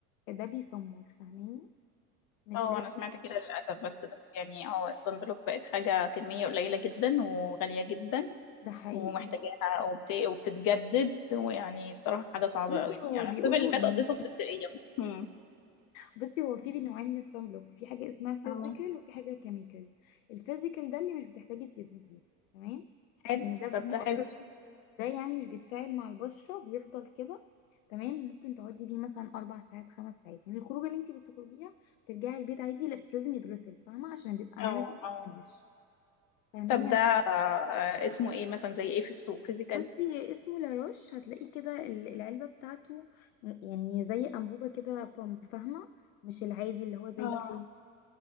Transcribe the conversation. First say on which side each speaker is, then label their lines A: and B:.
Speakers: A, on the left; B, on the left.
A: ده بيسمر فاهماني مش
B: اه
A: لازم
B: انا سمعت كده للاسف بس بس يعني اه الصن بلوك بقت حاجة كمية قليلة جدا وغالية جدا
A: ده حقيقي
B: ومحتاجاها وبت... وبتتجدد ويعني الصراحة حاجة صعبة
A: بصي
B: قوي
A: هو
B: يعني
A: بيقولوا
B: الصيف اللي فات
A: يعني
B: قضيته تلقائيا امم
A: بصي هو في نوعين من الصن بلوك في حاجة اسمها فيزيكال
B: اه
A: وفي حاجة كيميكال الفيزيكال ده اللي مش بتحتاجي تجدديه تمام
B: حلو
A: يعني ده ب-
B: طب ده
A: آه،
B: حلو
A: ده يعني مش بيتفاعل مع البشرة بيفضل كده تمام ممكن تقعدي بيه مثلا أربع ساعات خمس ساعات يعني الخروجة اللي انتي بتخرجيها بترجعي البيت عادي لا بس لازم يتغسل فاهمة عشان بيبقى عامل
B: اه
A: طبق
B: اه
A: على الوش فاهماني
B: طب ده آه، اسمه ايه مثلا زي ايه في السوق فيزيكال
A: بصي هي اسمه لاروش هتلاقيه كده ال- العلبة بتاعته م- يعني زي أنبوبة كده بامب فاهمة مش العادي اللي هو زي
B: اه
A: كريم